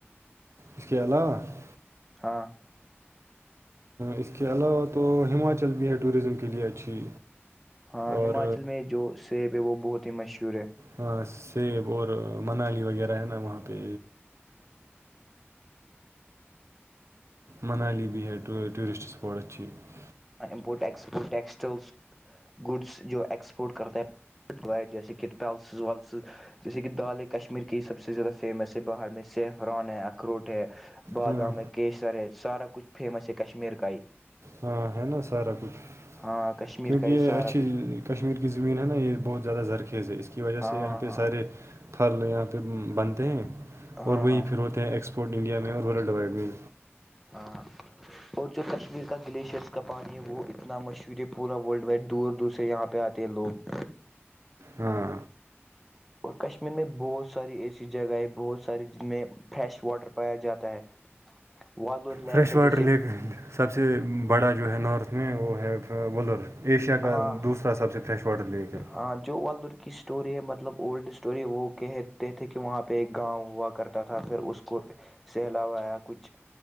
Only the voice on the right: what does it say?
اس کے علاوہ <unintelligible>
اس کے علاوہ تو ہماچل بھی ہے ٹوریزم کے لیئے اچھی
اور
ہاں سیب اور منالی وغیرہ ہے نا وہاں پہ منالی بھی ہےٹ tourist spot اچھھی <unintelligible>
ہاں
ہاں ہے نا سارا کچھ
کیونکہ
یہ
اچھی
<unintelligible> کشمیر کی زمین ہے نا یہ بہت زیادہ زرخیز ہے اس کی وجہ
سے یہاں پہ
سارے پھل یہاں پہ بنتے ہیں
اور
وہی
پھر ہوتے ہیں ایکسپورٹ انڈیا میں اور ورلڈ ڈوائڈ میں
ہاں
فریش
واٹر
لیک سب سے بڑا جو ہے نارتھ میں وہ ہے ولر ایشیا کا
دوسرا سب سے فریش واٹر لیک ہے